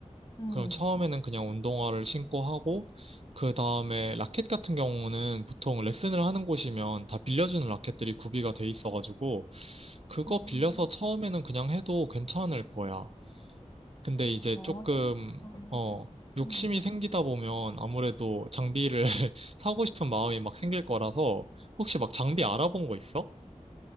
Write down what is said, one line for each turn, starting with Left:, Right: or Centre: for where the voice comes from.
Left: 음,
Right: 그럼 처음에는 그냥 운동화를 신고 하고 그 다음에 라켓 같은 경우는 보통 레슨을 하는 곳이면 다 빌려주는 라켓들이 구비가 돼 있어가지고 그거
Left: 음.
Right: 빌려서 처음에는 그냥 해도 괜찮을 거야. 근데 이제
Left: 아,
Right: 조금,
Left: 테니스장.
Right: 어, 욕심이
Left: 음.
Right: 생기다 보면 아무래도 장비를 <laughs> 사고 싶은 마음이 막 생길 거라서 혹시 막 장비 알아본 거 있어?